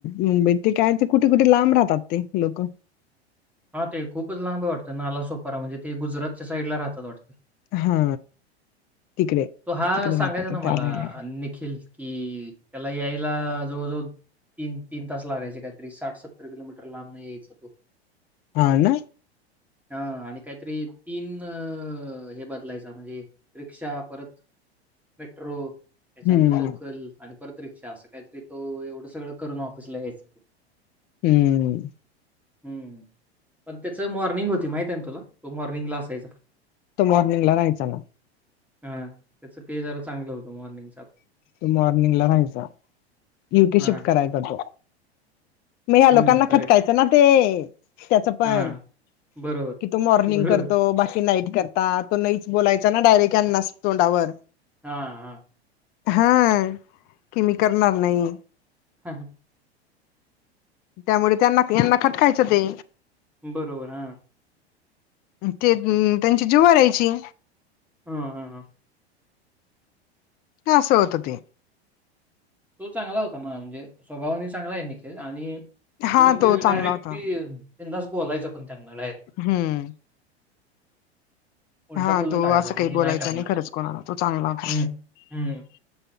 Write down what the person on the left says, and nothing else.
मुंबईत ते काय ते कुठे कुठे लांब राहतात ते लोक
हा तिकडे
तिकडे
राहतात
त्या लाईनला
हा ना
हम्म
हम्म.
तो मॉर्निंगला राहायचा ना
मॉर्निंग ला रायस युटी
शिफ्ट करायचातो मग ह्या
लोकांना
खटकायचं ना ते त्याच पण
की तू मॉर्निंग
करतो बाकी नाईट करतो. आता तो नाहीच बोलायचा ना डायरेक्टना तोंडावर
हा कि म करणार नाही.
त्यामुळे त्यांना यांना खटकायचं ते
ते त्यांची जुवर राहायची.
हा सं होत ते
हा
तो चांगला
होता
हम्म
हा
तो
असं
काही
बोलायचा
खरंच कोणाला तो चांगला होता